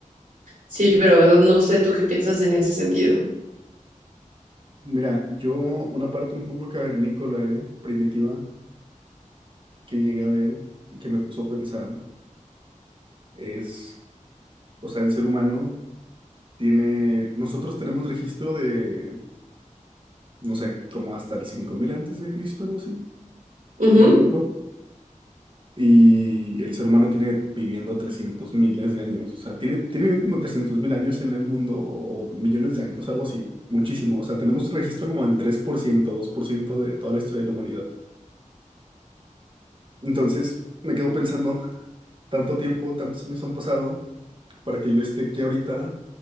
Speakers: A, on the right; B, on the right.
A: sí, pero no, no sé tú qué piensas en ese sentido.
B: Mira, yo una parte un poco cavernícola, ¿eh? primitiva, que llegué a ver y que me puso a pensar es, o sea, el ser humano tiene, nosotros tenemos registro de no sé, como hasta el 5000 antes de Cristo, algo así,
A: Ujú,
B: un ejemplo. Y el ser humano tiene viviendo 300 miles de años, o sea, tiene, tiene viviendo como trescientos mil años en el mundo o millones de años, algo así, muchísimo. O sea, tenemos registro como del tres por ciento dos por ciento de toda la historia de la humanidad. Entonces, me quedo pensando, tanto tiempo, tantos años han pasado para que yo esté aquí ahorita,